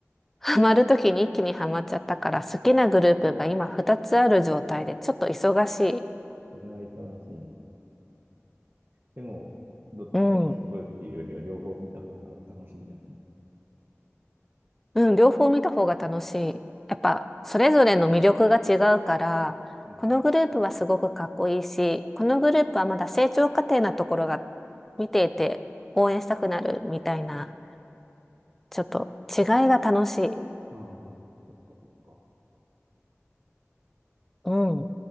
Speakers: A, in the centre; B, on the right.
A: ハマる時に一気にハマっちゃったから、好きなグループが今二つある状態で、ちょっと忙しい。
B: それは忙しいね。でも、どっちかに絞るっていうよりは、
A: うん。
B: 両方見た方が楽しいんじゃない
A: うん、両方見た方が楽しい。やっぱ、それぞれの魅力が違うから、
B: うん。
A: このグループはすごくかっこいいし、このグループはまだ成長過程なところが見ていて応援したくなるみたいな、ちょっと違いが楽しい。
B: ああ、そっかそっか。
A: うん。